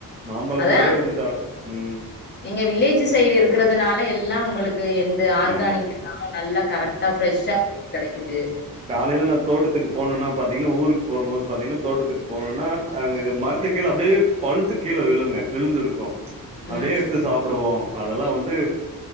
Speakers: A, on the right; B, on the left.
A: மாம்பழத்தோடயே
B: அதான்
A: இருந்துட்டா ம்
B: நீங்க வில்லேஜ் சைடு இருக்கிறதுனால எல்லா உங்களுக்கு எந்த ஆர்கானிக்
A: ஆமா
B: இல்லாம நல்ல கரெக்ட் டா ஃப்ரெஷ்ஷா கெடைக்குது
A: காலேல நா தோட்டத்துக்கு போனுன்னா பாத் தீங்கன்னா ஊருக்கு போறும்போது பாத்தீங்கன்னா தோட்டத்துக்கு போனுன்னா அங்க மரத்து கீழ அப்டியே பழுத்து கீழ விழுங்க விழுந்துருக்கு அப்டியே
B: ம்
A: எடுத்து சாப்டுவோ அதெல்லா வந்து